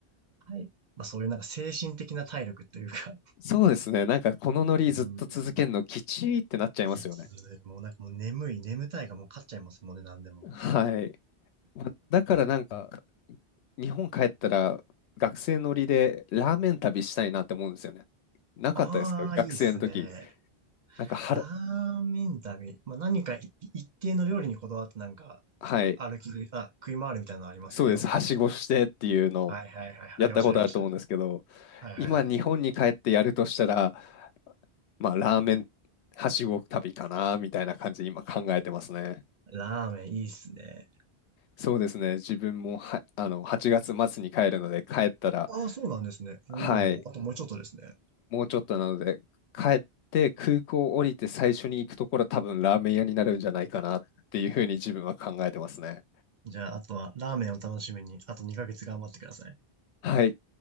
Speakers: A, on the right; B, on the left.
A: はい。まあそういうなんか精神的な体力というか。
B: そうですね。なんかこのノリずっと続けるのきちいってなっちゃいますよね。
A: うん。きつい。もうなんかもう眠い、眠たいがもう勝っちゃいますもんね、なんでも。
B: はい。まだからなんか日本帰ったら学生乗りでラーメン旅したいなって思うんですよね。なかったですか学生の時。
A: ああ、いいっすね。
B: なんかはら、
A: ラーメン旅。まあ何かい一定の料理にこだわってなんか
B: はい。
A: 歩き食い、あ、食い回るみたいなのありましたね、
B: そうです。
A: でも。
B: はしごしてっていうの
A: はいはいはい。
B: やったことあると思うんですけど、
A: ありました、ありました。はいはいはい。
B: 今日本に帰ってやるとしたら、まあ、ラーメンはしご旅かな、みたいな感じで今考えてますね。
A: ラーメンいいっすね。
B: そうですね。自分もは、あの、8月末に帰るので、帰ったら、
A: ああ、そうなんですね。
B: はい、
A: おお、あともうちょっとですね。
B: もうちょっとなので、帰って空港降りて最初に行くところは多分ラーメン屋になるんじゃないかなっていうふうに自分は考えてますね。
A: じゃあ、あとはラーメンを楽しみに、あと2ヶ月頑張ってください。
B: はい。